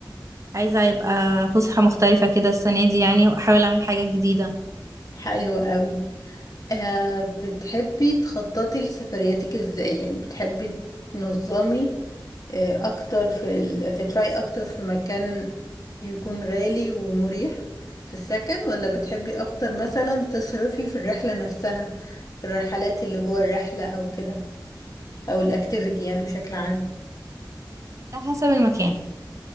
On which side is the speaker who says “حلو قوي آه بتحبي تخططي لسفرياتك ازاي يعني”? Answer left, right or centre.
Left